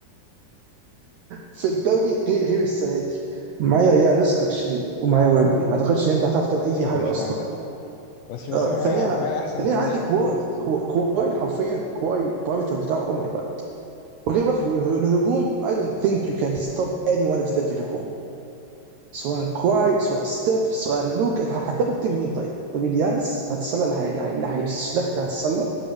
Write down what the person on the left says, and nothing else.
ماشي
ماشي
لا عندك حق بس بس
انا
معايا معايا احسن
اتنين
لعيبه
في الدوري السيزون
ده